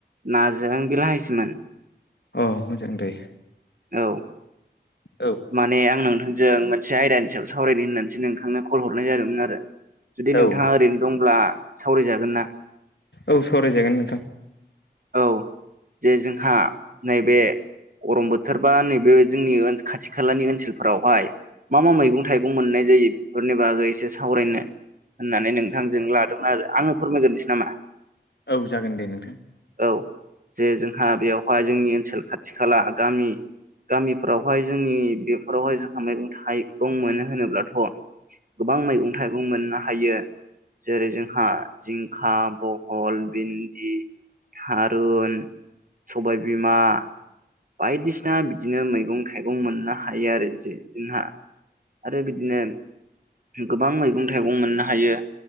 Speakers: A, on the right; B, on the left.
A: नाजों बिलाहिसोमोन।
B: अ मोजां दे।
A: औ।
B: औ
A: माने आं नोंथांजों मोनसे आयदानि सायाव सावरायनो होननानैसो नोंथांनो कल हरनाय जादोंमोन आरो। जुदि
B: औ
A: नोंथाङा ओरैनो दंब्ला सावरायजागोन ना?
B: औ सावरायजागोन नोंथां।
A: औ जे जोंहा नैबे गरम बोथोरबा नैबे जोंनि खाथि खालानि ओनसोलफोरावहाय। मा मा मैगं थाइगं मोननाय जायो बेफोरनि बागै इसे सावरायनो होननानै नोंथांजों लादोंमोन आरो आंनो फोरमायगोरनोसै नामा?
B: औ जागोन दे नोंथां।
A: औ जे जोंहा बेवहाय जोंनि ओनसोल खाथि खाला गामि गामिफोरावहाय जोंनि बेफोरावहाय जोंहा मैगं थाइगं मोनो होनोब्लाथ' गोबां मैगं थाइगं मोननो हायो। जेरै जोंहा जिंखा, बहल, बिन्दि थारुन, सबाय बिमा, बायदिसिना बिदिनो मैगं थाइगं मोननो हायो आरो ज जोंहा। आरो बिदिनो गोबां मैगं थाइगं मोननो हायो।